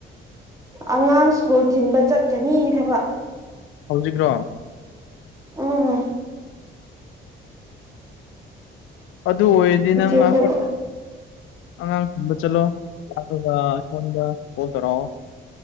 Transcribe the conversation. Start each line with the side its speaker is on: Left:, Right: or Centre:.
Right: ꯑꯉꯥꯡ ꯁ꯭ꯀꯨꯜ ꯊꯤꯟꯕ ꯆꯠꯀꯅꯤ ꯍꯥꯏꯕ
Left: ꯍꯧꯖꯤꯛ꯭ꯔꯣ
Right: ꯎꯝ
Left: ꯑꯗꯨ ꯑꯣꯏꯔꯗꯤ ꯅꯪꯅ
Right: ꯏꯆꯦꯈꯣꯏꯒ
Left: ꯑꯉꯥꯡ ꯊꯤꯟꯕ ꯆꯠꯂꯣꯥ ꯑꯗꯨꯒ ꯑꯩꯉꯣꯟꯗ ꯀꯣꯜ ꯇꯧꯔꯛꯑꯣ